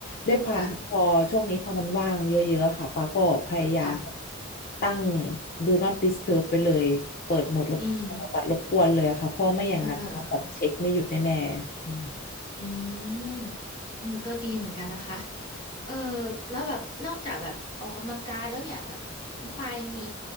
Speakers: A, on the left (about 45°); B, on the left (about 25°).
A: ด้วยความที่พอช่วงนี้พอมันว่างเยอะๆค่ะป้าก็พยายาม
B: ค่ะค่ะ
A: ตั้ง Do not disturb ไปเลยเปิดโหมดรบ
B: อืม
A: ตัดรบกวนเลยอะค่ะเพราะไม่อย่างนั้นแบบเช็คไม่หยุดแน่ๆอืม
B: เออ อืม อืม ก็ดีเหมือนกันนะคะ เออแล้วแบบ นอกจากแบบออกกำลังกายแล้วเนี่ยแบบคุณปายังมี